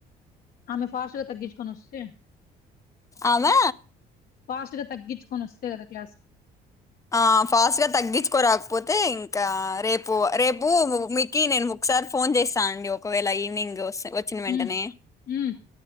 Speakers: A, on the left; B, on the left.
A: ఆమె ఫాస్ట్ గా తగ్గించుకొని వస్తే
B: ఆమె
A: ఫాస్ట్ గా తగ్గించుకొని వస్తే కదా క్లాస్
B: ఆ ఫాస్ట్ గా తగ్గించుకోరాకపోతే ఇంకా రేపు రేపు మీకి నేను ఒకసారి ఫోన్ జేసి రాండి ఒకవేళ ఈవినింగ్ వచ్చిన వెంటనే
A: ఉమ్, ఉమ్,